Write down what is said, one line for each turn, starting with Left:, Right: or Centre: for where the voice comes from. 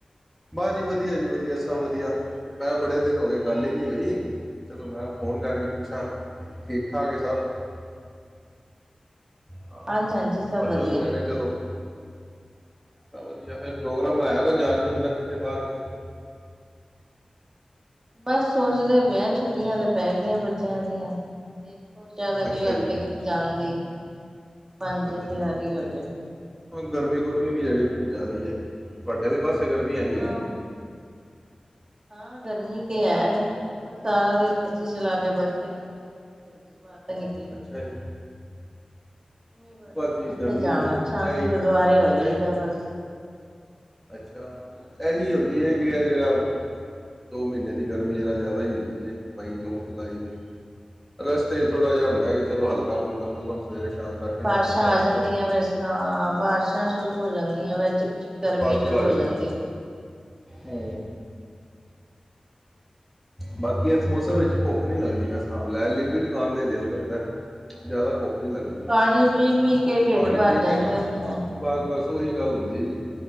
Centre: ਬਸ ਜੀ ਵਧੀਆ ਜੀ ਵਧੀਆ ਸਭ ਵਧੀਆ ਮੈਂ ਕਿਹਾ ਬੜੇ ਦਿਨ ਹੋ ਗਏ ਗੱਲ ਹੀ ਨੀ ਹੋਈ ਚਲੋ ਮੈਂ ਫੋਨ ਕਰਕੇ ਪੁੱਛਾਂ ਠੀਕ ਠਾਕ ਹੈ ਸਭ ਹਾਂ
Right: ਹਾਂਜੀ ਹਾਂਜੀ ਸਭ
Centre: ਬਸ
Right: ਵਧੀਆ
Centre: ਓਹੀ ਮੈਂ ਕਿਹਾ ਚਲੋ ਸਭ ਵਧੀਆ ਫਿਰ ਪ੍ਰੋਗਰਾਮ ਬਣਾਇਆ
Right: ਹੋਰ
Centre: ਜਾਣ ਜੂਣ ਦਾ ਬਾਹਰ ਬੁਰ
Right: ਬਸ ਸੋਚਦੇ ਪਏ ਹਾ ਛੁੱਟੀਆਂ ਤੇ ਪੈ ਗਈਆਂ ਬੱਚਿਆਂ ਦੀਆਂ, ਹੋਰ ਸ਼ਾਇਦ ਅਗਲੇ
Centre: ਅੱਛਾ
Right: ਹਫ਼ਤੇ
Centre: ਜੀ
Right: ਕਿਤੇ ਜਾਣ ਦੀ ਬਣ ਜੇ
Centre: ਅੱਛਾ
Right: ਤਿਆਰੀ ਹੋਜੇ,
Centre: ਗਰਮੀ ਗੁਰਮੀ ਵੀ ਜਿਹੜੀ ਜ਼ਿਆਦਾ ਹੀ ਹੈਗੀ ਤੁਹਾਡੇ ਵਾਲੇ ਪਾਸੇ ਗਰਮੀ ਹੈਗੀ
Right: ਹਾਂ
Centre: ਹੈ ਨਹੀਂ
Right: ਹਾਂ ਗਰਮੀ ਤੇ ਹੈ ਸਾਰਾ ਦਿਨ ਚ ਏਸੀ ਚਲਾ ਕੇ ਬੈਠੇ ਰਹਨੇ ਆ ਕੀ ਕਰੀਏ। ਨਿਕਲੀ ਤਾਂ ਨੀ,
Centre: ਅੱਛਾ ਜੀ
Right: ਬੜੀ
Centre: ਬਸ ਜੀ
Right: ਕਿੱਥੇ
Centre: ਗਰਮੀ
Right: ਜਾਣਾ ਸ਼ਾਮੀ
Centre: ਐਹੀ
Right: ਗੁਰਦੁਆਰੇ ਹੋ ਆਈ
Centre: ਐਹੀ
Right: ਦਾ ਬਸ
Centre: ਅੱਛਾ ਇਹੀ ਹੁੰਦੀ ਹੈ। ਜਿਹੜਾ ਦੋ ਮਹੀਨੇ ਦੀ ਗਰਮੀ ਜਿਹੜਾ ਜ਼ਿਆਦਾ ਹੀ ਹੁੰਦੀ ਹੈ ਮਈ ਜੂਨ ਜੁਲਾਈ ਦੀ ਰਸਤੇ ਚ ਥੋੜਾ ਜਿਹਾ ਹੁੰਦਾ ਕਿ ਚਲੋ ਹਲਕਾ ਫੁਲਕਾ ਮੌਸਮ ਸਵੇਰੇ ਸ਼ਾਮ ਦਾ ਠੰਡਾ
Right: ਬਾਰਸ਼ਾਂ
Centre: ਮੰਠਾ ਹੋ
Right: ਆ
Centre: ਜਾਂਦਾ
Right: ਜਾਂਦੀਆਂ ਵੈਸ ਹਾਂ ਬਾਰਿਸ਼ਾਂ ਸ਼ੁਰੂ ਹੋ ਜਾਂਦੀਆਂ ਵੈਸ ਚਿਪ ਚਿਪ ਗਰਮੀ ਸ਼ੁਰੂ
Centre: ਥੋੜ੍ਹਾ ਜਾਂਦਾ
Right: ਹੋ ਜਾਂਦੀ
Centre: ਐ। ਬਾਕੀ ਇਸ ਮੌਸਮ ਵਿੱਚ ਭੁੱਖ ਨੀ ਲੱਗਦੀ ਹਿਸਾਬ ਲੈ ਲਿਕੁਿਡ ਖਾਣ ਦਾ ਦਿਲ ਕਰਦਾ ਜ਼ਿਆਦਾ, ਭੁੱਖ ਨਹੀਂ ਲੱਗਦੀ
Right: ਪਾਣੀ ਪੀ-ਪੀ ਕੇ ਢਿੱਡ
Centre: ਪਾਣੀ
Right: ਭਰ
Centre: ਪੀ
Right: ਜਾਂਦੇ
Centre: ਕੇ ਨਾ
Right: ਨੇ,
Centre: ਬਸ ਬਸ ਉਹੀ ਗੱਲ ਹੁੰਦੀ ਹੈ ਜੀ,